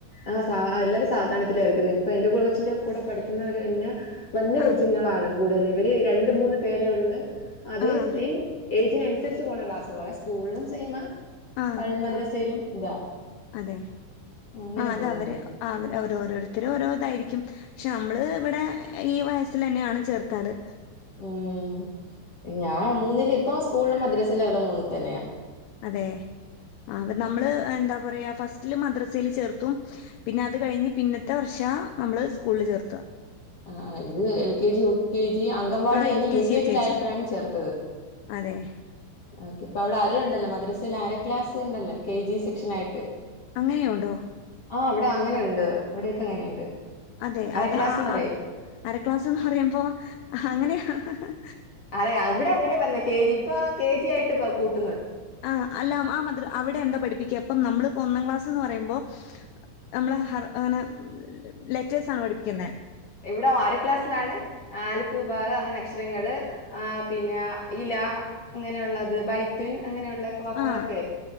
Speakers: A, on the left; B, on the left.
A: ആ സാ എല്ലാരും സാവധാനത്തിലാ ചേർക്കുന്നേ ഇപ്പൊ എന്റെ കൂടെ ഛൻ്റെ കൂടെ പഠിക്കുന്നവര് പിന്നെ വലിയ കൊച്ചുങ്ങളാണ്.
B: ആഹ്
A: കൂടുതൽ ഇവര് രണ്ട് മൂന്ന് പേരെ ഉള്ളു. അതെ
B: ആഹ്
A: സെയിം ഏജിനനുസരിച്ച് പോണ ക്ലാസുകളാ സ്കൂളിനും സെയി മാ
B: ആഹ്
A: പള്ളി മദ്രസയിലും <unintelligible>
B: അതെ
A: അങ്ങനെ
B: ആ അത
A: പോകുന്നത്
B: അവര് അവ ഓരോരോരുത്തരും ഓരോ ഇതായിരിക്കും പക്ഷെ നമ്മള് ഇവിടെ ഈ വയസ്സിൽ തന്നെയാണ് ചേർക്കാറ്
A: ഉം ഞാൻ മൂന്നില ഇപ്പോ സ്‌ സ്കൂളിലും മദ്രസേലും അവള് മൂന്നിൽ തന്നെയാണ്
B: അതെ ആ അപ്പ നമ്മള് എന്താ പറയാ ഫസ്റ്റില് മദ്രസേൽ ചേർത്തു പിന്നെ അത് കഴിഞ്ഞ് പിന്നത്തെ വർഷ നമ്മള് സ്കൂളിൽ ചേർത്തുക
A: ആ ഇത് L K G U K G anganwadi
B: ആഹ്
A: കഴിഞ്ഞ്
B: എൽ
A: യു
B: ജി
A: കെ ജിയിലയപ്പോഴാണ്
B: ജി
A: ചേർത്തത്
B: അതെ
A: ഓക്കെ ഇപ്പ അവിടെ ആരയുണ്ടല്ലോ മദ്ര ഇതില് അര ക്ലാസ് ഉണ്ടല്ലോ കെ ജി സെക്ഷൻ ആയിട്ട്
B: അങ്ങനെയുണ്ടോ
A: ആ ഇവിടെ അങ്ങെ ഉണ്ട് ഇവിയൊക്കെ അങ്ങനെയുണ്ട്
B: അതെ
A: അര
B: അത്
A: ക്ലാസ്ന്ന്
B: ആ
A: പറയും
B: ആ അരക്ലാസ് എന്ന് പറയുമ്പോ <inaudible> എങ്ങനെയാഹ് ഹ് ഹ്
A: അതെ അവിടെ അങ്ങനെ പറഞ്ഞ കെ ജി ഇപ്പ കെ ജി ആയിട്ട് പോ കൂട്ട
B: ആ അല്ല ആ മദ്ര അവിടെ എന്താ പഠിപ്പിക്കുക അപ്പം നമ്മളിപ്പോ ഒന്നാം ക്ലാസ് എന്ന് പറയുമ്പോ നമ്മള് ഹ അങ്ങനെ ലെറ്റേഴ്സണ് പഠിപ്പിക്കുന്നത്
A: ഇവിടെ അര ക്ലാസ്സിലാണ് ആലിഫുബാഗ് അങ്ങനെ അക്ഷരങ്ങൾ ആ പിന്നെ ഇല അങ്ങനെയുള്ളത് ബൈത്തുൻ അങ്ങനെയുള്ള വാക്കുകളൊക്കെ
B: ആ